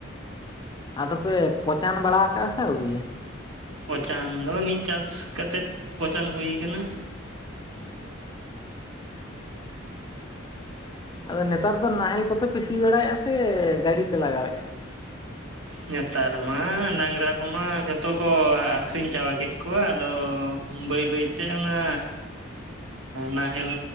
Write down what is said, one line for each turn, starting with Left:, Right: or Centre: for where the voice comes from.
Left: ᱟᱫᱚ ᱯᱮ ᱯᱚᱪᱟᱱ ᱵᱟᱲᱟ ᱠᱟᱜ-ᱟ ᱥᱮ ᱟᱹᱣᱨᱤᱭᱟᱹ
Right: ᱯᱚᱪᱟᱱ ᱫᱚ ᱢᱤᱫ ᱪᱟᱥ ᱠᱟᱛᱮᱫ ᱯᱚᱪᱟᱱ ᱦᱩᱭ ᱠᱟᱱᱟ
Left: ᱟᱫᱚ ᱱᱮᱛᱟᱨ ᱫᱚ ᱱᱟᱦᱮᱞ ᱠᱚᱛᱮ ᱯᱮ ᱥᱤ ᱵᱟᱲᱟᱭᱮᱜ-ᱟ ᱥᱮ ᱜᱟᱹᱰᱤ ᱯᱮ ᱞᱟᱜᱟᱣᱮᱜ-ᱟ
Right: ᱱᱮᱛᱟᱨ ᱢᱟ ᱰᱟᱝᱨᱟ ᱠᱚᱢᱟ ᱡᱚᱛᱚ ᱠᱚ ᱟᱠᱷᱨᱤᱧ ᱪᱟᱵᱟ ᱠᱮᱜ ᱠᱚᱣᱟ ᱟᱫᱚ ᱵᱟᱹᱭ ᱵᱟᱹᱭᱛᱮ ᱚᱱᱟ ᱱᱟᱦᱮᱞ